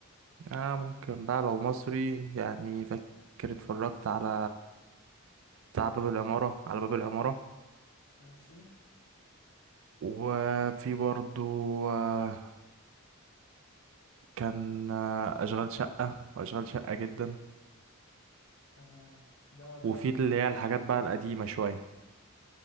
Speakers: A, on the right; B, on the left.
A: اه ممكن بقى لو مصري يعني فاكر اتفرجت على بتاع باب العمارة على باب العمارة
B: ماشي
A: وفي برضو آه، كان آه، أشغال شقة وأشغال شقة جدا
B: تمام ده ده
A: وفي
B: ده
A: اللي هي الحاجات بقى القديمة شوية